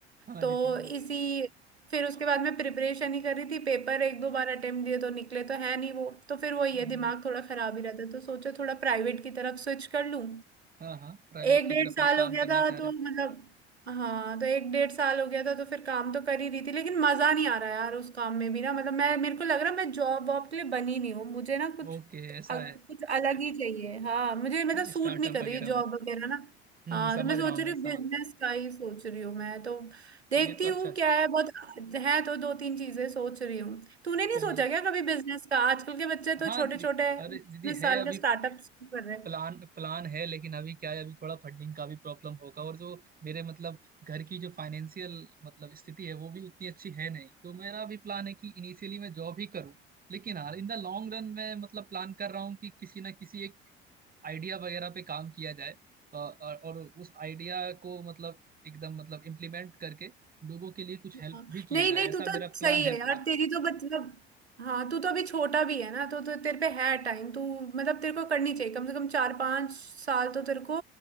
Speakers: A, on the right; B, on the right.
A: हाँ
B: तो
A: दीदी
B: इसी फिर उसके बाद मैं प्रिपरेशन ही कर रही थी पेपर एक दो बार अटेम्प्ट दिए तो निकले तो है नहीं वो तो फिर वही
A: ओह,
B: है दिमाग थोड़ा खराब ही रहता है तो सोचा थोड़ा प्राइवेट की तरफ स्विच कर लूँ
A: हाँ हाँ प्राइवेट
B: एक
A: की
B: डेढ़
A: तरफ
B: साल
A: आप काम
B: हो गया
A: करना
B: था
A: चाह
B: तो
A: रहे
B: मतलब हाँ तो एक डेढ़ साल हो गया था तो फिर काम तो कर ही रही थी लेकिन मजा नहीं आ रहा यार उस काम में भी ना मतलब मैं मेरे को लग रहा है मैं जॉब वॉब के लिए बनी नहीं हूँ मुझे ना कुछ
A: हैं ओके ऐसा
B: अ- कुछ अलग ही चाहिए हाँ मुझे मतलब
A: है
B: सूट
A: स्टार्टअप
B: नहीं कर
A: वगैरह
B: रही जॉब
A: में
B: वगैरह ना
A: हम्म
B: हाँ
A: समझ
B: तो मैं
A: रहा
B: सोच
A: हूँ
B: रही
A: मैं
B: हूँ
A: समझ
B: बिजनेस
A: रहा
B: का ही सोच रही हूँ मैं तो देखती
A: हूँ। ये तो अच्छा
B: हूँ
A: है।
B: क्या है बहुत है तो दो तीन चीजें सोच रही हूँ तूने नहीं
A: चलिए
B: सोचा क्या कभी बिजनेस का आजकल के बच्चे तो
A: हाँ
B: छोटे
A: दीदी
B: छोटे
A: अरे
B: उन्नीस
A: दीदी है
B: साल
A: अभी
B: का स्टार्टअप कर रहे हैं
A: प्लान प्लान है लेकिन अभी क्या है अभी थोड़ा फंडिंग का भी प्रॉब्लम होगा और जो मेरे मतलब घर की जो फाइनेंशियल मतलब स्थिति है वो भी उतनी अच्छी है नहीं तो मेरा भी प्लान है कि इनिशियली मैं जॉब ही करूं लेकिन हाँ इन द लॉन्ग रन मैं मतलब प्लान कर रहा हूँ कि किसी ना किसी एक आइडिया वगैरह पे काम किया जाए अ, और और उस आइडिया को मतलब एकदम मतलब इम्प्लीमेंट करके लोगों के लिए कुछ हेल्प
B: हाँ।
A: भी किया
B: नहीं
A: जाए
B: नहीं
A: ऐसा
B: तू
A: मेरा
B: तो
A: प्लान
B: सही
A: है
B: है
A: पूरा
B: यार तेरी तो मतलब हाँ तू तो अभी छोटा भी है ना तो, तो तेरे पे है टाइम तू मतलब तेरे को करनी चाहिए कम से कम चार पांच साल तो तेरे को